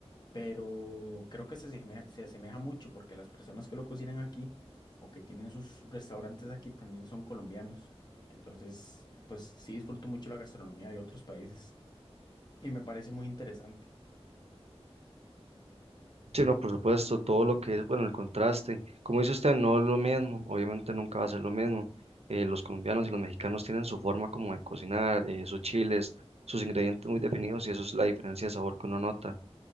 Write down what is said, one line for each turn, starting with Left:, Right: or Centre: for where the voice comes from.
Left: pero creo que se asemeja, se asemeja mucho porque las personas que lo cocinan aquí o que tienen sus restaurantes aquí también son colombianos. Entonces, pues sí disfruto mucho la gastronomía de otros países y me parece muy interesante.
Right: Sí, no, por supuesto, todo lo que es, bueno, el contraste. Como dice usted, no es lo mismo, obviamente nunca va a ser lo mismo. Eh, los colombianos y los mexicanos tienen su forma como de cocinar, eh, sus chiles, sus ingredientes muy definidos y eso es la diferencia de sabor que uno nota.